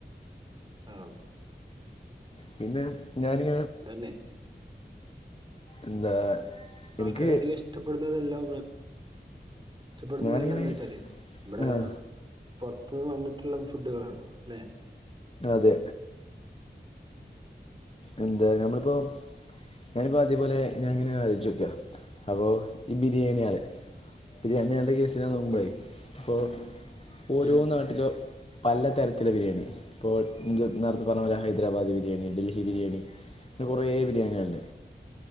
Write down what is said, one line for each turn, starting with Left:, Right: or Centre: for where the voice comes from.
Right: ആഹ്
Left: പിന്നെ ഞാനി
Right: തന്നെ
Left: എന്താ? എനിക്ക്
Right: ആൾക്കാരെ അധികം ഇഷ്ടപ്പെടുന്നതല്ലോ ഇഷ്ടപ്പെടുന്നതെല്ലാം
Left: ഞാനിങ്ങനെ
Right: എന്താ വച്ചാല് ബടെ
Left: ആ
Right: പുറത്തന്ന് വന്നിട്ടുള്ള ഫുഡുകളാണ് ലെ
Left: അതെ എന്താ നമ്മളിപ്പോ ഞാനിപ്പോ അതേപോലെ ഞാനിങ്ങനെ ആലോച്ചോക്കാ അപ്പൊ ഈ ബിരിയാണി ആള് ബിരിയാണി ആളുടെ കേസ് നോക്കുമ്പോളെ
Right: ഉം
Left: അപ്പോൾ ഓരോ
Right: ഉം
Left: നാട്ടിലും പല തരത്തില ബിരിയാണി ഇപ്പോൾ ഇന്റെ പറഞ്ഞ പോലെ ഹൈദരാബാദ്
Right: ഉം
Left: ബിരിയാണി, ഡൽഹി ബിരിയാണി പിന്നെ കുറേ
Right: ഉം
Left: ബിരിയാണിൾ ഇണ്ട്